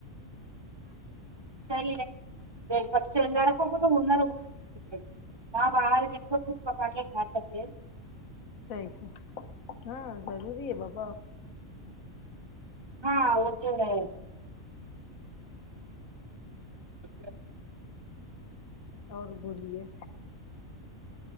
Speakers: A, on the right; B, on the left.
A: <unintelligible> <unintelligible>
B: صحیح س ہاں ضروری ہے بپ
A: ہاں وہ تو ہے اچ
B: اور بولیے